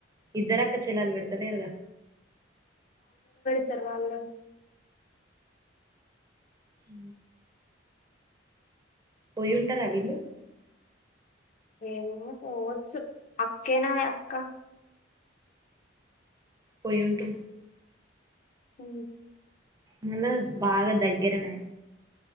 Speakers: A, on the right; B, on the left.
A: ఇద్దర అక్క చెల్లాల విడతలేరుగా
B: ఇ తర్ వాళ్ళు
A: హ పోయి ఉంటారా వీళ్ళు
B: ఏమో పోవచ్చ అక్కేనా అక్క
A: పోయిం ట్ర
B: అ
A: నిన్న ద్ బాగా దగ్గరనేయి